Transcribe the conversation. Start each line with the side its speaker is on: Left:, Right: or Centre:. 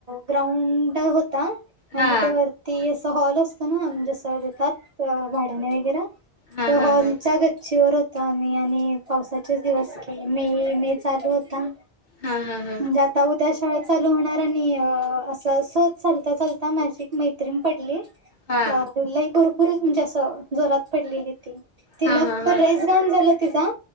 Right: ग्राउंड होता आणि
Left: हा
Right: तिथे वरती असं हॉल असतो ना म्हंजे जसं देतात भाड्याने वगैरे
Left: हा
Right: त्या
Left: हा
Right: हॉलच्या
Left: हा
Right: गच्चीवर हो त आम्ही आणि पावसाचेच दिवस की मे मे चालू होता
Left: हा हा हा
Right: म्हंजे आता उत - त्या शाळा चालू होणार आणि असं सहज चालता चालता माझी एक मैत्रीण पडली
Left: हा
Right: अ लई भरपूर म्हणजे असं जोरात पडलेली ती तिला
Left: हा हा हा
Right: फक्त ड्रेस घाण झाला तिचा